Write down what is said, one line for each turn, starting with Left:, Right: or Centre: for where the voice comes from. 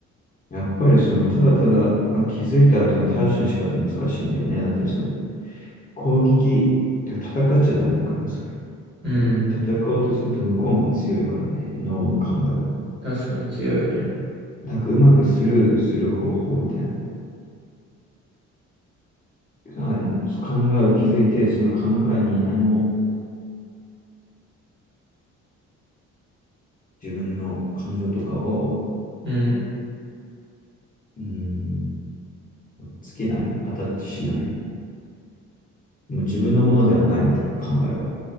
Left: やっぱりそのただただまあ気づいた後の対処の仕方は難しいんだよね。だってその攻撃、で戦っちゃダメだからね、それ。
Right: うん。
Left: 戦おうとすると向こうも強いからね、脳の考えは。
Right: 確かに強いよね。
Left: なんかうまくスルーする方法みたいな。あ考えを気づいて、その考えに何も自分の感情とかを
Right: うん、
Left: うん、つけないアタッチしないもう自分のものではないみたいな考えは。